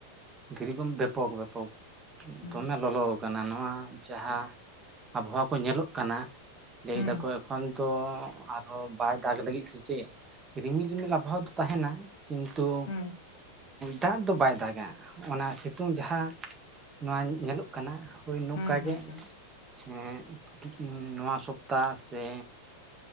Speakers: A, on the right; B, on the left.
A: ᱫᱷᱤᱨᱤ ᱠᱚᱢ ᱵᱮᱯᱚᱠ ᱵᱮᱯᱚᱠ
B: ᱦᱩᱸ
A: ᱫᱚᱢᱮ ᱞᱚᱞᱚ <unintelligible> ᱱᱚᱣᱟ ᱡᱟᱦᱟᱸ ᱟᱵᱚᱦᱟᱣᱟ ᱠᱚ ᱧᱮᱞᱚᱜ ᱠᱟᱱᱟ ᱞᱟᱹᱭ
B: ᱦᱩᱸ
A: ᱫᱟᱠᱚ ᱮᱠᱷᱚᱱ ᱛᱚ ᱟᱨᱦᱚᱸ ᱵᱟᱭ ᱫᱟᱜᱽ ᱞᱟᱹᱜᱤᱫ ᱥᱮ ᱪᱮᱫ? ᱨᱤᱢᱤᱞ ᱨᱤᱢᱤᱞ <unintelligible> ᱛᱟᱦᱮᱱᱟ᱾ ᱠᱤᱱᱛᱩ
B: ᱦᱩᱸ
A: ᱫᱟᱜ ᱫᱚ ᱵᱟᱭ ᱫᱟᱜᱟ᱾ ᱚᱱᱟ ᱥᱤᱛᱩᱝ ᱡᱟᱦᱟᱸ ᱱᱚᱣᱟ ᱧᱮᱞᱚᱜ ᱠᱟᱱᱟ ᱦᱚᱭ ᱱᱚᱝᱠᱟ
B: ᱦᱩᱸ ᱦᱩᱸ
A: ᱜᱮ᱾
B: ᱦᱩᱸ
A: ᱦᱩᱸ᱾ ᱱᱚᱣᱟ ᱥᱚᱯᱛᱟ ᱥᱮ